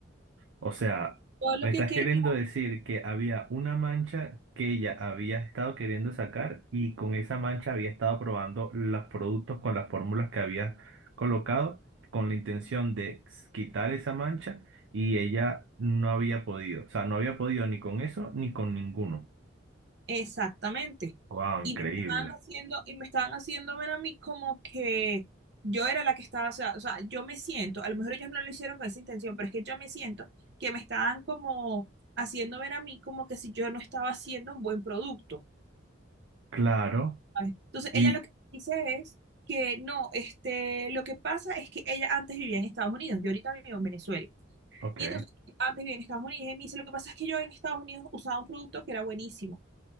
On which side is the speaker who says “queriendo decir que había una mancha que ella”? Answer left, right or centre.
Right